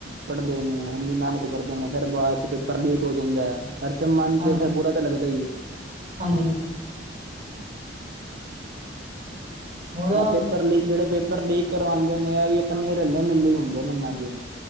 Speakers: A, on the right (about 60°); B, on the right (about 35°).
A: ਪੜਦੇ ਨੇ, ਏਨੀ ਮੇਨਤ ਕਰਦੇ ਨੇ, ਫੇਰ ਬਾਦ ਚੱ ਪੇਪਰ ਲੀਕ ਹੋ ਜਾਂਦੈ। ਹਰ ਤੇ ਮਨ ਤੇ,
B: ਹਾਂ
A: ਫੇਰ ਬੁਰਾ ਤਾਂ ਲਗਦਾ ਈਏ।
B: ਹਾਂਜੀ। ਉਹਦਾ
A: ਐ ਪੇਪਰ ਲੀਕ ਜੇੜੇ ਪੇਪਰ ਲੀਕ ਕਰਵਾਂਦੇ ਨੇ ਐਵੀ ਅਪਨੇ ਰੱਲੇ-ਮਿੱਲੇ ਈ ਹੁੰਦੇ ਨੇ ਏਨਾਂ ਦੇ।